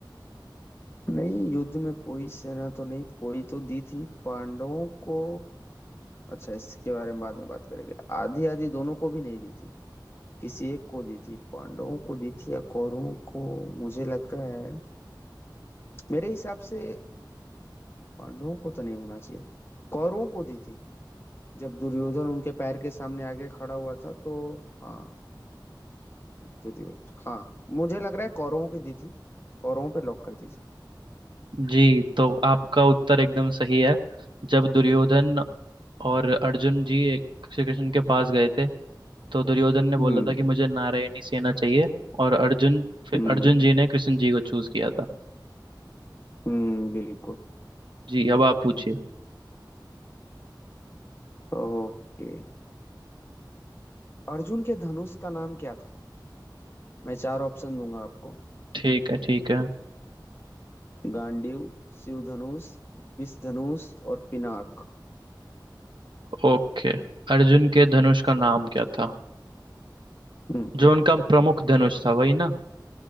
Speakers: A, on the left; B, on the right.
A: नहीं युद्ध में कोई सेना तो नहीं कोई तो दी थी पांडवों को अच्छा इसके बारे में बाद में बात करेंगे आधी आधी दोनों को भी नहीं दी थी किसी एक को दी थी पांडवों को दी थी या कौरवों को मुझे लग रहा है मेरे हिसाब से पांडवों को तो नहीं होना चाहिए कौरवों को दी थी जब दुर्योधन उनके पैर के सामने आगे खड़ा हुआ था तो हाँ दुर्योधन हाँ मुझे लग रहा है कौरवों की दी थी कौरवों पे लॉक कर दीजिए
B: जी तो आपका उत्तर एकदम सही है जब दुर्योधन और अर्जुन जी एक- श्री कृष्ण के पास गए थे तो दुर्योधन ने बोला
A: हम्म
B: था कि मुझे नारायणी सेना चाहिए और अर्जुन फिर
A: हम्म
B: अर्जुन जी ने कृष्ण जी को चूज किया था
A: हम्म बिल्कुल
B: जी अब आप पूछिए
A: ओके अर्जुन के धनुष का नाम क्या था मैं चार ऑप्शन दूंगा आपको
B: ठीक है ठीक है
A: गांडीव शिव धनुष विष धनुष और पिनाक
B: ओके अर्जुन के धनुष का नाम क्या था
A: हम्म
B: जो उनका प्रमुख धनुष था वही ना